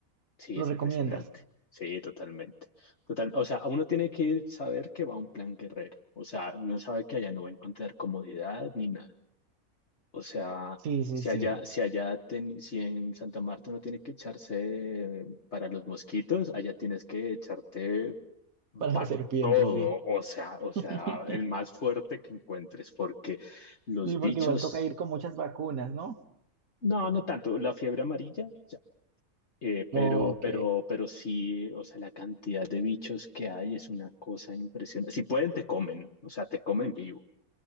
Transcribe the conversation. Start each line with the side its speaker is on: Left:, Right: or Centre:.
Left: sí,
Right: ¿Lo
Left: es
Right: recomiendas?
Left: impresionante. Sí, totalmente. Total, o sea, uno tiene que saber que va a un plan guerrero. O sea, uno sabe que allá no va a encontrar comodidad ni nada. O sea,
Right: Sí, sí,
Left: si
Right: sí.
Left: allá, si allá ten- si en Santa Marta uno tiene que echarse para los mosquitos, allá tienes que echarte
Right: Para
Left: para
Right: <laughs> las serpientes,
Left: todo.
Right: sí.
Left: O sea, o sea,
Right: <laughs>
Left: el más fuerte que encuentres, porque los
Right: Sí,
Left: bichos,
Right: porque igual toca ir con muchas vacunas, ¿no?
Left: no, no tanto, la fiebre amarilla, ya. Eh,
Right: Ok,
Left: pero, pero, pero sí, o sea, la cantidad de bichos que hay es una cosa impresionante. Si pueden, te comen, o sea, te comen vivo.